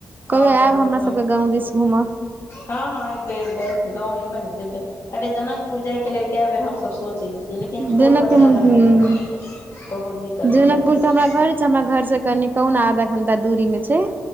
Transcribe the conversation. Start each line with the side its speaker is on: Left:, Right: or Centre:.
Right: कहियो
Left: आओर सब
Right: आएब
Left: बताउ
Right: हमरा सबके गाँव दिस घूमऽ।
Left: हँ हँ एबे एबै गाँव एबे ने तइ बैर, अरे जनकपुर जाय के लेल कए बैर हमस सोचे छी। लेकिन
Right: जनकपुर
Left: छोट बच्चा लग
Right: हूँ
Left: कऽ न बहुत दिक्कत।
Right: जनकपुर
Left: भऽ जाइ छै
Right: तऽ हमरा घर छैय, हमरा घर से कनि कहु ने आधा घंटा दूरी मे छैय।